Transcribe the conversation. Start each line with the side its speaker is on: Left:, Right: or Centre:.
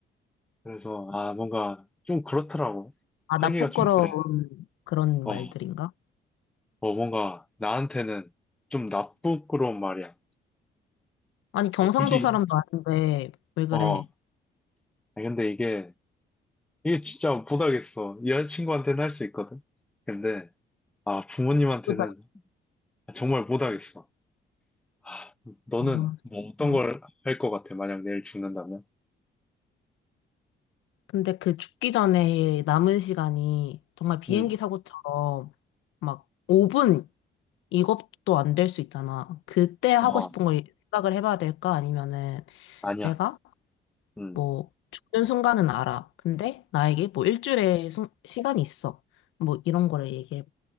Centre: 그래서, 아, 뭔가 좀 그렇더라고.
Left: 아,
Centre: 하기가
Left: 나 부끄러운
Centre: 좀 그래.
Left: 그런
Centre: 어,
Left: 말들인가?
Centre: 어, 뭔가 나한테는 좀 나쁘고 그런 말이야.
Left: 아니, 경상도
Centre: 어, 솔직히,
Left: 사람도 아닌데, 왜 그래?
Centre: 어, 아니, 근데 이게, 이게 진짜 못하겠어. 이 여자친구한테는 할 수 있거든. 근데, 아, 부모님한테는
Left: 그다
Centre: 정말 못하겠어. 아, 너는
Left: 어, 진짜.
Centre: 뭐 어떤 걸 할 것 같아, 만약 내일 죽는다면?
Left: 근데 그 죽기 전에 남은 시간이 정말 비행기
Centre: 응,
Left: 사고처럼 막 5분 이것도 안 될 수 있잖아. 그때 하고
Centre: 어,
Left: 싶은 걸 생각을 해봐야 될까? 아니면은
Centre: 아니야.
Left: 내가
Centre: 응,
Left: 뭐 죽는 순간은 알아. 근데 나에게 뭐 일주일의 순- 시간이 있어. 뭐 이런 거를 얘기해